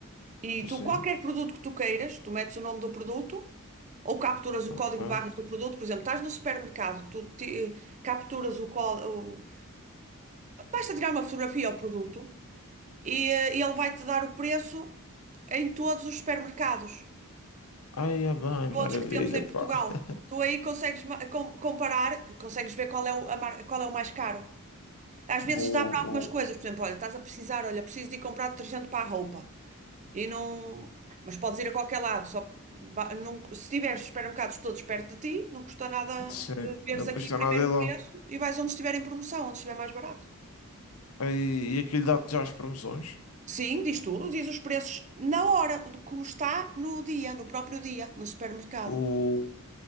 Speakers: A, on the right; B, on the left.
A: e
B: Sim.
A: tu, qualquer produto que tu queiras, tu metes o nome do produto ou capturas o
B: Ok.
A: código de barras do produto. Por exemplo, estás no supermercado, tu ti- capturas o código, basta tirar uma fotografia ao produto e eh, ele vai-te dar o preço em todos os supermercados.
B: Ai, é bem,
A: todos
B: maravilha,
A: que temos em
B: pá.
A: Portugal.
B: <laughs>
A: Tu aí consegues ma- com- comparar, consegues ver qual é o, a mar- qual é o mais caro. Às
B: Boa,
A: vezes dá para
B: boa.
A: algumas coisas, por exemplo, olha, estás a precisar, olha, preciso de ir comprar detergente para a roupa. E não, mas podes ir a qualquer lado, só ba- não, se tiveres supermercados todos perto de ti, não custa nada
B: Sim,
A: eh, veres
B: não
A: aqui
B: custa
A: primeiro
B: nada ir
A: o
B: lá.
A: preço e vais onde estiver em promoção, onde estiver mais barato.
B: E, e aquilo dá-te já as promoções.
A: Sim, diz tudo, diz os preços na hora, de como está no dia, no próprio dia, no supermercado.
B: O...